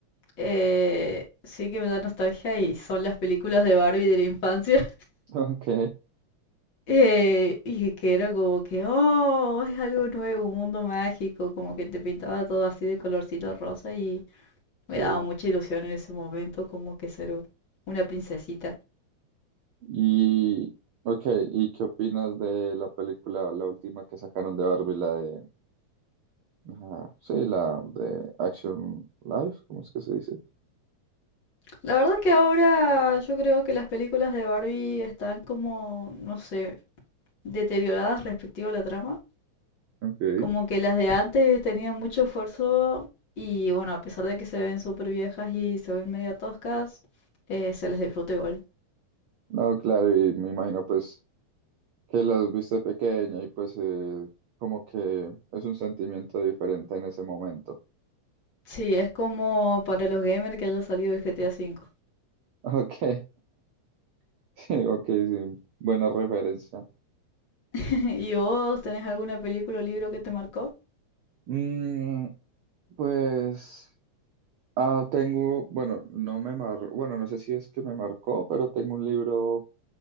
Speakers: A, on the left; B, on the right.
A: Eh, sí que me da nostalgia y son las películas de Barbie de la infancia.
B: Ok,
A: Eh, y que era como que, oh, es algo nuevo, un mundo mágico, como que te pintaba todo así de colorcito rosa y me
B: sí.
A: daba mucha ilusión en ese momento como que ser u- una princesita.
B: Y, ok, ¿y qué opinas de la película, la última que sacaron de Barbie, la de, ajá, sí, la de Action Life, ¿cómo es que se dice?
A: La verdad que ahora yo creo que las películas de Barbie están como, no sé, deterioradas respecto a la trama.
B: Ok.
A: Como que las de antes tenían mucho esfuerzo y bueno, a pesar de que se ven súper viejas y se ven medio toscas, eh, se las disfruta igual.
B: No, claro, y me imagino pues que las viste pequeña y pues eh, como que es un sentimiento diferente en ese momento. <laughs>
A: Sí, es como para los gamers que haya salido el GTA V.
B: Ok, <laughs> sí, ok, sí, buena referencia.
A: <laughs> ¿Y vos tenés alguna película o libro que te marcó?
B: Mm, pues ah, tengo, bueno, no me mar, bueno, no sé si es que me marcó, pero tengo un libro